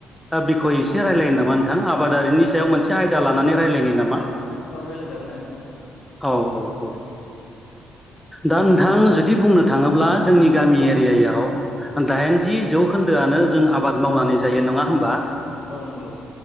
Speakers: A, in the centre; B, on the left.
A: ओ खौ एसे रायलायनो नामा नोंथां आबादारिनि सायाव मोनसे आयदा लानानै रायजलायनि नामा
B: औ रायज्लायजागोन दे नोंथां
A: औ औ औ दा नोंथां जुदि बुंनो थांङोब्ला जोंनि गामि
B: औ
A: एरियायाव दाइनजि जौखोन्दोआनो जों आबाद मावनानै जायो नङा होमबा?
B: औ नंगौ